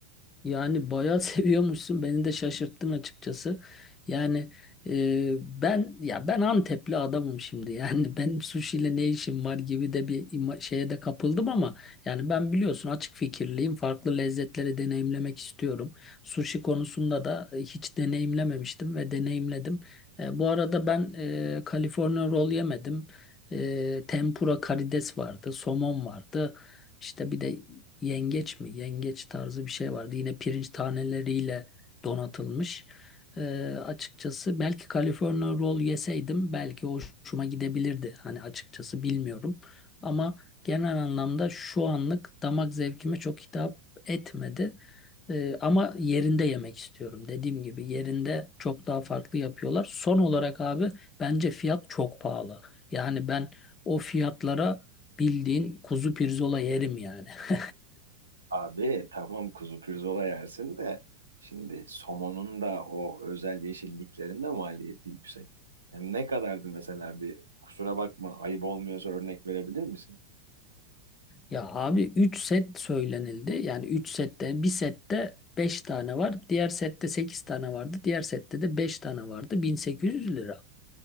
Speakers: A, on the left; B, on the right.
A: Yani bayağı <laughs> seviyormuşsun. Beni de şaşırttın açıkçası. Yani e, ben ya ben Antepli adamım şimdi. Yani <laughs> benim sushi ne işim var gibi de bir ima- şeye de kapıldım ama yani ben biliyorsun açık fikirliyim. Farklı lezzetleri deneyimlemek istiyorum. Sushi konusunda da e, hiç deneyimlememiştim ve deneyimledim. E, bu arada ben e, California roll yemedim. E, tempura karides vardı, somon vardı. İşte bir de yengeç mi? Yengeç tarzı bir şey vardı. Yine pirinç taneleriyle donatılmış. Ee, açıkçası belki California roll yeseydim belki hoşuma gidebilirdi. Hani açıkçası bilmiyorum. Ama genel anlamda şu anlık damak zevkime çok hitap etmedi. Ee, ama yerinde yemek istiyorum. Dediğim gibi yerinde çok daha farklı yapıyorlar. Son olarak abi bence fiyat çok pahalı. Yani ben o fiyatlara bildiğin kuzu pirzola yerim yani. <laughs>
B: Abi tamam kuzu pirzola yersin de şimdi somonun da o özel yeşilliklerinde maliyeti yüksek. Hem ne kadardı mesela bir kusura bakma ayıp olmuyorsa örnek verebilir misin?
A: Ya abi 3 set söylenildi. Yani 3 sette bir sette 5 tane var. Diğer sette 8 tane vardı. Diğer sette de 5 tane vardı. 1800 lira.